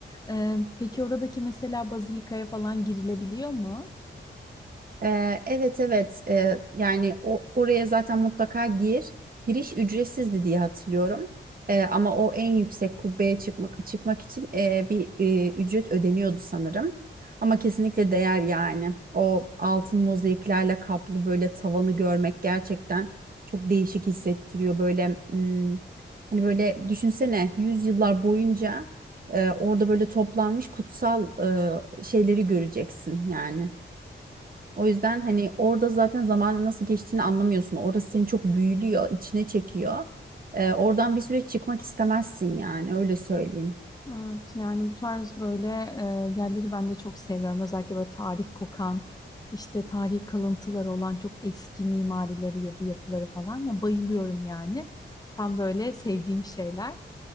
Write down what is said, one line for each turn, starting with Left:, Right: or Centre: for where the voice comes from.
Left: E, peki oradaki mesela bazilikaya falan girilebiliyor mu?
Right: Ee, evet evet Ee, yani o, oraya zaten mutlaka gir. Giriş ücretsizdi diye hatırlıyorum. Ee, ama o en yüksek kubbeye çıkmak çıkmak için e, bir e, ücret ödeniyordu sanırım. Ama kesinlikle değer yani. O altın mozaiklerle kaplı böyle tavanı görmek gerçekten çok değişik hissettiriyor. Böyle hmm, hani böyle düşünsene yüzyıllar boyunca e, orada böyle toplanmış kutsal e, şeyleri göreceksin yani. O yüzden hani orada zaten zamanın nasıl geçtiğini anlamıyorsun. Orası seni çok büyülüyor, içine çekiyor. Ee, oradan bir süre çıkmak istemezsin yani öyle söyleyeyim.
Left: Evet, yani bu tarz böyle e, yerleri ben de çok seviyorum. Özellikle böyle tarih kokan, işte tarihi kalıntıları olan çok eski mimarileri ya da yapıları falan. Ya bayılıyorum yani. Tam böyle sevdiğim şeyler.